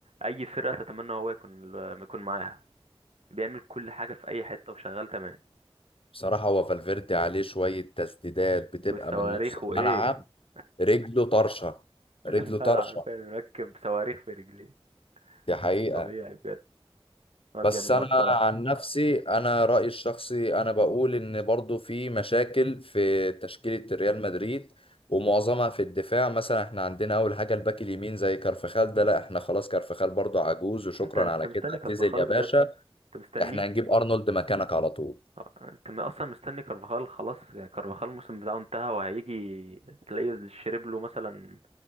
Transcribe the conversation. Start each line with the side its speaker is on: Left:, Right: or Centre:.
Right: اي فرقه تتمنى هو يكون يكون معاها بيعمل كل حاجه في اي حته وشغال تمام
Left: بصراحة هو فالفيردي عليه شوية تسديدات بتبقى
Right: وصواريخ
Left: من نص الملعب
Right: وايه <laughs>
Left: رجله طرشة رجله
Right: الواد
Left: طرشة
Right: عارفين مركب صواريخ في رجليه
Left: دي حقيقة
Right: مش طبيعي بجد واد
Left: بس
Right: جامد
Left: أنا
Right: قوي بصراحه
Left: عن نفسي أنا رأيي الشخصي أنا بقول إن برضو في مشاكل في تشكيلة ريال مدريد ومعظمها في الدفاع مثلا احنا عندنا أول حاجة الباك اليمين زي كارفخال ده لا احنا خلاص كارفخال برضو عجوز وشكرا
Right: انت انت
Left: على
Right: مستني
Left: كده اعتزل
Right: كارفاخال
Left: يا
Right: بجد
Left: باشا
Right: انت مستنيه
Left: احنا هنجيب أرنولد مكانك على طول
Right: اه، انت م- اصلا مستني كارفاخال خلاص يعني كارفاخال الموسم بتاعه انتهى وهيجي تلاقيه شرب له مثلا